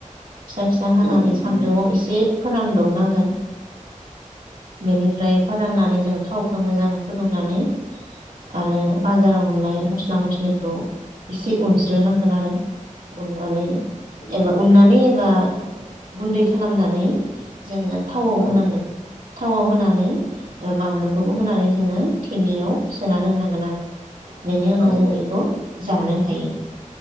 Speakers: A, on the right; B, on the left.
A: फिसा फिसा
B: औ
A: हानानै
B: नंगौ औ
A: सान्दुंआव एसे फोरानदब नांगोन बेनिफ्राय फोरान्नानै जों थावखौ मोजां फुदुंनानै आरो बाजाराव मोन्नाय मस्ला मस्लिखौ एसे उनस्रोनांगोन आरो उन नानै एबा
B: औ
A: उननानै एब बा गुन्दै खालामनानै जोङो थावआव
B: औ
A: होनांगोन थावआव होन नानै ओ बानलु बेखौबो होनानै जोङो थिमियाव सोना दोननांगोन आरो। बेनि उनाव
B: औ
A: जों
B: औ
A: इखौ
B: औ
A: जानो हायो।